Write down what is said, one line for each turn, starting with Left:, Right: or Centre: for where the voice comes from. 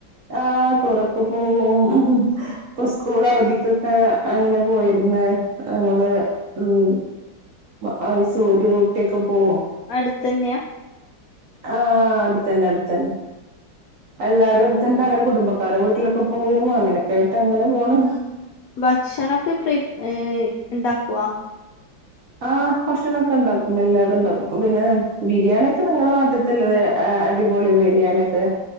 Right: ആഹ് ടൂറൊക്കെ പോവും ഇപ്പൊ സ്കൂൾ അവധിക്കൊക്കെ അങ്ങനെ പോയിരിന്ന് ഞങ്ങള് ഉം മൈസൂര് ഊട്ടി ഒക്കെ പോവും
Left: അട്ത്തന്നെയാ
Right: ആഹ് അടുത്തന്നെ അടുത്തന്നെ എല്ലാരും
Left: ആഹ്
Right: അടുത്തൊണ്ട് അങ്ങനെ കുടുംബക്കാരുടെ വീട്ടിലൊക്കെ പോവും അങ്ങെനെക്കായ്ട്ടങ്ങെനെ പോണ്
Left: ഭക്ഷണൊക്കെ പ്രീ ഏഹ് ഇണ്ടാക്കുവാ
Right: ആഹ് ഭക്ഷണാെക്കെണ്ടാക്കും എല്ലാതുംണ്ടാക്കും പ്പം പിന്നെ ബിരിയാണ്യൊക്കെ നിങ്ങളെ നാട്ട് ത്ത്ല്ലെത് ഏഹ് അടിപൊളി ബിരിയാണ്യൊക്കെ